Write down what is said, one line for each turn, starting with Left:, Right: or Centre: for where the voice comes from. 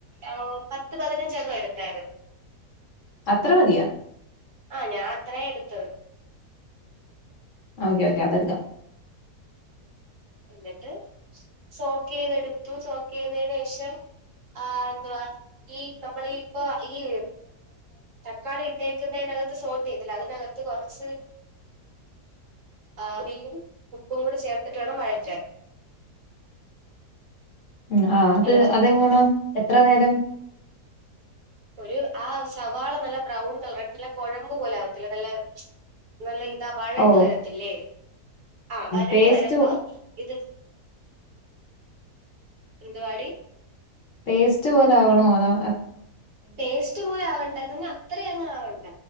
Right: ഓ പത്ത് പതിനഞ്ചെണ്ണം എടുത്തായിരുന്നു
Left: അത്രമതിയ
Right: ആ ഞാൻ അത്രയെ എടുത്തുള്ളൂ
Left: ഓക്കെ ഓക്കെ അതടുക്കാം
Right: എന്നിട്ട് സോക്ക് ചെയ്തെടുത്തു സോക്ക് ചെയ്തതിന് ശേഷം ആ എന്തുവാ ഈ നമ്മളീ ഇപ്പൊ ഈ തക്കാളി ഇട്ടേക്കുന്നതിനകത്ത് സോൾട്ട് ചെയ്തില്ല അതിനകത്ത് <unintelligible> കുറച്ച് <unintelligible> ഉപ്പും കൂടി ചേർത്തിട്ട വേണം വഴറ്റാൻ
Left: ഉം ആ അത്
Right: ഹലോ
Left: അതെങ്ങനെ എത്ര നേരം
Right: ഒരു ആ സവാള നല്ല ബ്രൗൺ കളറായിയിട്ട് നല്ല കുഴമ്പ് പോല ആവത്തില്ല നല്ല നല്ല ഇതാ വഴണ്ട്
Left: ഓ
Right: വരത്തില്ലേ ആ വഴണ്ട്
Left: പേസ്റ്റ്
Right: വരമ്പോ ഇത് എന്തുവാടി
Left: പേസ്റ്റ് പോലെ ആവണോ അതോ
Right: പേസ്റ്റ് പോലെ ആവണ്ട എന്ന അത്രയും അങ്ങങ് ആവണ്ട